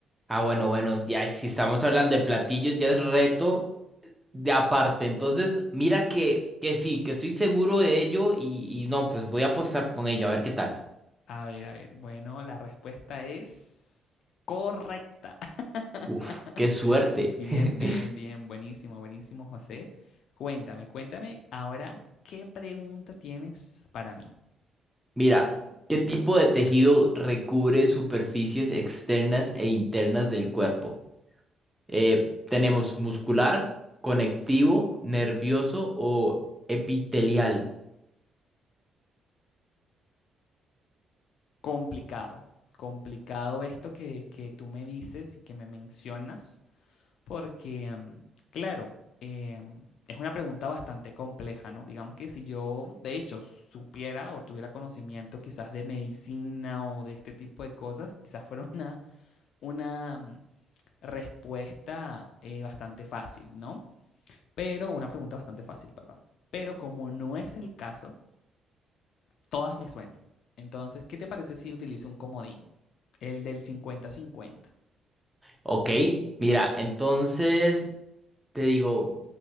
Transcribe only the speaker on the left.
A ver, a ver, bueno, la respuesta es correcta. <laughs>
Bien,
bien, bien, buenísimo, buenísimo, José. Cuéntame, cuéntame ahora qué pregunta tienes para mí.
Complicado, complicado esto que, que tú me dices y que me mencionas, porque, em, claro, em, es una pregunta bastante compleja, ¿no? Digamos que si yo, de hecho, supiera o tuviera conocimiento quizás de medicina o de este tipo de cosas, quizás fuera una, una mm, respuesta eh, bastante fácil, ¿no? Pero una pregunta bastante fácil, perdón. Pero como no es el caso, todas me suenan. Entonces, ¿qué te parece si utilizo un comodín? El del cincuenta-cincuenta